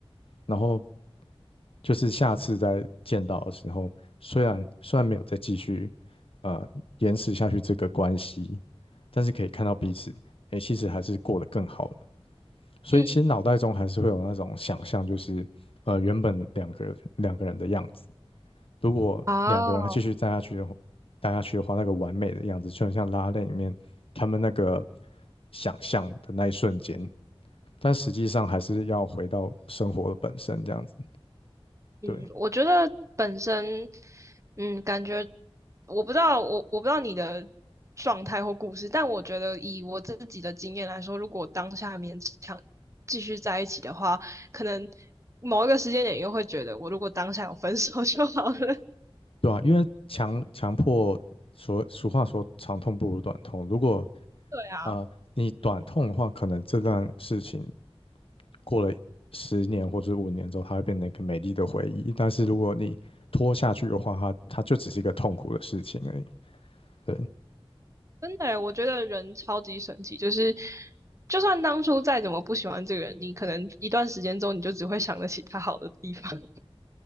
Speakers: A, on the left; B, on the right.
A: 然后就是下次再见到的时候，虽然虽然没有再继续呃延迟下去这个关系，但是可以看到彼此，诶，其实还是过得更好了。所以其实脑袋中还是会有那种想象，
B: 嗯
A: 就是呃原本两个两个人的样子，如果两个人还继续待下去的话，
B: 啊
A: 待下去的话，那个完美的样子就很像拉拉链里面他们那个想象的那一瞬间，但实际上还是要回到生活的本身这样子，
B: 嗯，
A: 对。
B: 我觉得本身，嗯，感觉我不知道我我不知道你的状态或故事，但我觉得以我自己的经验来说，如果当下勉强继续在一起的话，可能某一个时间点又会觉得，我如果当下有分手就好了。<laughs>
A: 对啊，因为强强迫所俗话说长痛不如短痛。如果
B: 对啊
A: 啊、呃你短痛的话，可能这段事情过了十年或者五年之后，它会变成一个美丽的回忆。但是如果你拖下去的话，它它就只是一个痛苦的事情而已。对，
B: 真的耶我觉得人超级神奇，就是就算当初再怎么不喜欢这个人，你可能一段时间之后，你就只会想得起他好的地方。<laughs>